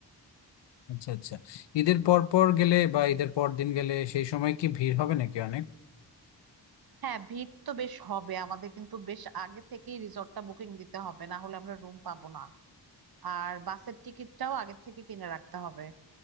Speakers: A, on the left; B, on the right.
A: আচ্ছা আচ্ছা ঈদের পর পর গেলে বা ঈদের পর দিন গেলে সেই সময় কি ভিড় হবে নাকি অনেক
B: হ্যাঁ ভিড় তো বেশ হবে আমাদের কিন্তু বেশ আগে থেকেই রিসর্টটা বুকিং দিতে হবে না হলে আমরা রুম পাবো না আর বাসের টিকিটটাও আগের থেকে কিনে রাখতে হবে